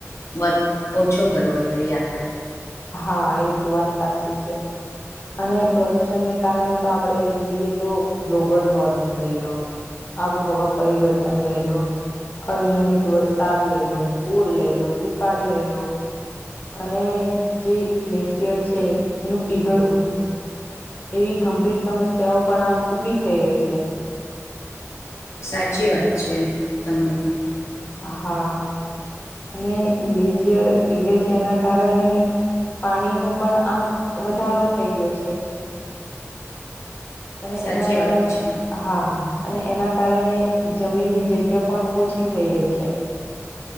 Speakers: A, on the left; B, on the left.
A: વધ ઓછો કરવો જોઈએ આપણે
B: હા એ તો વાત સાચી છે અને પ્રદુષણને કારણે તો આપણે જોઈએ તો ગ્લોબલ વોર્મિંગ લઈ લો આબોહવા પરિવર્તન લઈ લો અનિયમિત વરસાદ લઈ લો પૂર લઈ લો દુકાળ લઈ લો અને જે ગ્લેશિયર છે એનું પીગળવું એવી ગંભીર સમસ્યાઓ પણ આમ ઊભી થઈ રહી છે
A: સાચી વાત છે તમારી
B: હા અને ગ્લેશિયર પીગળે છે એના કારણે પાણી નુ પણ આમ વધારો થઈ રહ્યો છે અને
A: સાચી
B: એના કારણે
A: વાત છે
B: હા અને એના કારણે જમીન ની જગ્યા પણ ઓછી થઈ, રહી છે.